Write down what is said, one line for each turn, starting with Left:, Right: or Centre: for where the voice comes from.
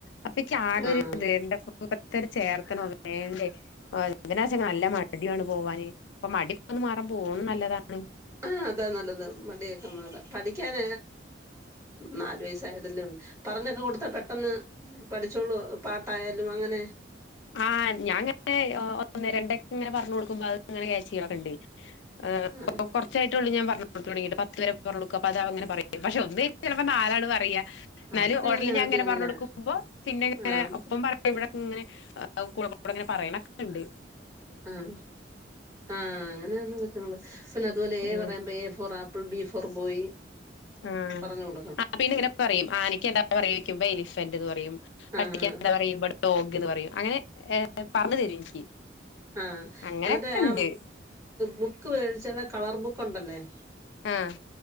Left: അപ്പൊ ഇക്ക് ആകെ
Right: ആഹ്
Left: ഒരു ഇത് എന്താപ്പോ ഇപ്പത്തന്നെ ചേർത്തണോ വേണ്ടേ അതിനാശ നല്ല മടിയാണ് പോവാന് അപ്പൊ മടി ഒന്ന് മാറാൻ പോണും നല്ലതാണ്
Right: ആ അതാ നല്ലത് മടിയായിട്ടൊന്നുല്ല പഠിക്കാൻ നാലു വയസ് തായതല്ലേ ഒള്ളും പറഞ്ഞൊക്കെ കൊടുത്ത പെട്ടെന്ന് പഠിച്ചോളൂ പാട്ടായാലും അങ്ങനെ
Left: ആഹ ഞാൻ ഇപ്പഴെ ഒന്ന് രണ്ടക്കെ ഇങ്ങനെ പറഞ്ഞു കൊടുക്കുമ്പോ അത് ഇങ്ങനെ ക്യാച്ച് ചെയ്ണൊക്കെണ്ട് അഹ അപ്പകൊറ്
Right: ആഹ്
Left: കൊറച്ചായിട്ടോളും ഞാൻ പറഞ്ഞു കൊടുത്ത് തുടങ്ങിട്ട് പത്ത് വരെ പറഞ് കൊടുക്കും അപ്പോ അത്‌ അവൻ ങ്ങനെ പറയും പക്ഷേ ഒന്ന് കയിഞ്ഞ ചിലപ്പോ നാലാണ് പറയാ എന്നാലും
Right: അതൊക്കെ
Left: ഓർഡറിൽ
Right: അങ്ങനെ
Left: ഞാൻ
Right: ആദ്യം
Left: ങ്ങനെ
Right: അങ്ങനെ
Left: പറഞ്ഞോടുക്കുമ്പോ പിന്നെങ്ങനെ
Right: ആഹ്
Left: ഒപ്പം പറ ഇവിടെക് ഇങ്ങനെ ആഹ് അഹ് കൊള ങ്ങനെ പറയണക്കെണ്ട്
Right: ആഹ ആഹ് അങ്ങനെണ് കൊച്ചുങ്ങള് പിന്നെ അതുപോലെ ഏ
Left: ആഹ്
Right: പറയുമ്പോ A for app apple B for boy
Left: ആഹ്
Right: പറഞ്ഞ് കൊടു
Left: ആ പിന്നെ ഇങ്ങനെ പറയും ആനക്ക് എന്താ പറയാ ചോയ്ക്കുമ്പോ എലിഫന്റ് എന്ന് പറയും പട്ടിക്ക്
Right: ആഹ്
Left: എന്താ പറയുമ്പോ ഡോഗ് എന്ന് പറയും അങ്ങനെ ഏ പറഞ്ഞു തരും എനിക്ക്
Right: ആഹ
Left: അങ്ങനെയൊക്കെ
Right: എന്നിട്ടേ ആ
Left: ഉണ്ട്
Right: ബുക്ക് മേടിച്ചാല കളർ ബുക്ക് ഉണ്ടല്ലേ
Left: ആഹ